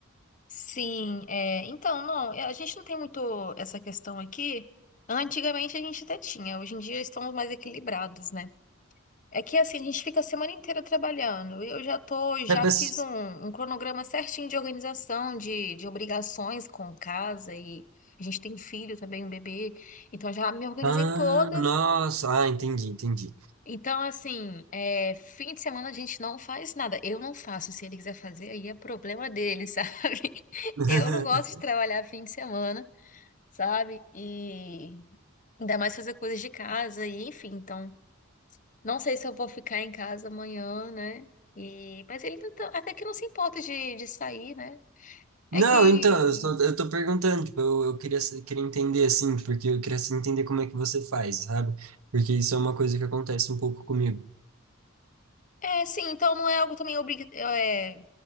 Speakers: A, on the left; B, on the right.
A: Sim, é, então, não, é, a gente não tem muito essa questão aqui. Antigamente a gente até tinha, hoje em dia estamos mais equilibrados, né? É que assim, a gente fica a semana inteira trabalhando. Eu já tô, já
B: É, mas-
A: fiz um, um cronograma certinho de organização, de, de obrigações com casa e a gente tem filho também, um bebê. Então já me organizei
B: Ah,
A: toda.
B: nossa, ah, entendi, entendi.
A: Então, assim, é, fim de semana a gente não faz nada. Eu não faço. Se ele quiser fazer, aí é problema dele, <laughs> sabe?
B: <laughs>
A: Eu não gosto de trabalhar fim de semana, sabe? E ainda mais fazer coisas de casa e enfim, então. Não sei se eu vou ficar em casa amanhã, né? E... Mas ele não tá- até que não se importa de, de sair, né? É
B: Não,
A: que.
B: então, eu estou, eu tô perguntando, tipo, eu, eu queria, sa- queria entender, assim, porque eu queria assim, entender como é que você faz, sabe? Porque isso é uma coisa que acontece um pouco comigo.
A: É, sim, então não é algo também obrigatório. É,